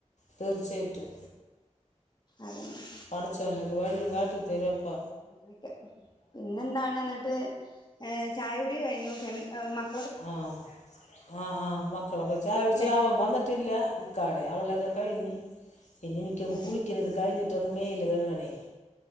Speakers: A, on the left; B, on the left.
A: തീർച്ചയായിട്ടും
B: അതന്നെ
A: പടച്ചോനൊരു വഴിയും കാട്ടി ത്തരും അപ്പൊ
B: അങ്ങനൊക്കെ പിന്നെന്താണ് ഇന്നിട്ട് ങേ ചായ കുടി കഴിഞ്ഞു ഫെമി ഏ മക്
A: ആഹ് ആഹ് ആഹ് മക്കളൊക്കെ ചായകുടിച്ച്
B: ല്ലെ
A: അവൻ വന്നി ട്ടില്ല ഇക്കാടെം അവളത് കഴിഞ്ഞ് ഇനി എനിക്കൊന്ന്
B: ഓ
A: കുളിക്കണം ഇത് കഴിഞ്ഞി ട്ടൊന്ന് മേല് കഴുകണേ